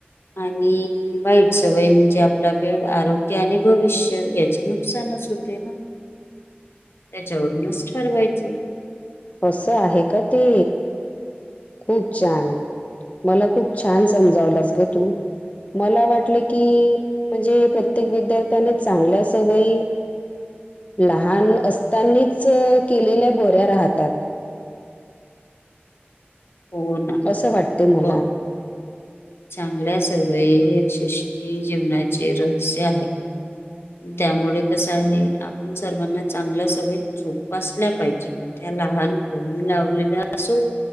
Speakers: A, on the left (about 75°); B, on the left (about 35°).
A: आणि वाईट सवय म्हणजे आपला वेळ, आरोग्य आणि भविष्य याचे नुकसानच होते ना, त्याच्यावरूनच ठरवायचे.
B: असं आहे का ते? खूप छान... मला खूप छान समजावलास ग तू. मला वाटलं की, म्हणजे प्रत्येक विद्यार्थ्याने चांगल्या सवयी लहान असतानीच केलेल्या बऱ्या राहतात.
A: होना.
B: असं वाटते मला.
A: ब चांगल्या सवयी यशस्वी जीवनाचे रहस्य आहे. पण त्यामुळे कसं आहे. आपण सर्वांना चांगल्या सवयी जोपासल्या पाहिजेत. त्या लहानपणी लावलेल्या असो,